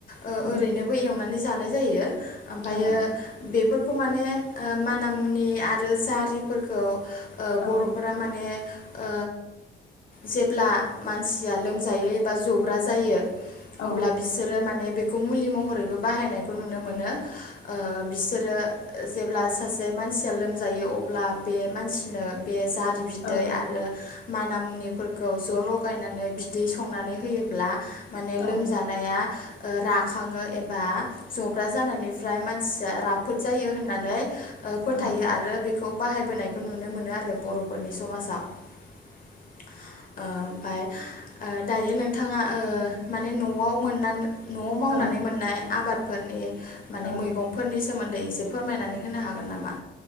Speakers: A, on the left; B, on the left.
A: ओ
B: उम
A: ओरैनोबो एवनानै जा नाय जायो ओमफायो
B: ओ
A: बेफो खौ मानो ओ माना मुनि आरो जारिफोरखौ ओ बर'फोरा
B: ओ औ
A: माने ओ जेब्ला मानसिया लोमजायो एबा जब्रा जायो अब्ला
B: औ
A: बिसोरो माने बे खौ मुलि महरैबो बाहायनायखौ नुनो मोनो ओ बिसोरो ओ जेब्ला सासे जे मानसिया लोमजायो अब्ला बे मानसिनो बे जाद बिदै
B: औ
A: आरो माना मुनिफोरखौ ज' लगायनानै बिदै संनानै होयोब्ला माने
B: औ
A: लोमजानाया ओ राखाङो एबा जब्रा जानायनिफ्राय मानसिया राफ फोद जायो होननानै ओ फोथायो
B: औ
A: आरो बेखौ बाहायबोनायखौ नुनो मोनो आरो बर' फोरनि समाजाव। ओ ओमफाय ओ दायो नोंथाङा ओ माने न'आव मोननान न'आव मावनानै
B: औ
A: मोननाय आबाद फोरनि माने
B: ओं
A: मैगंफोरनि सोमोन्दै एसे फोरमायनानै होनो हाग गोन नामा?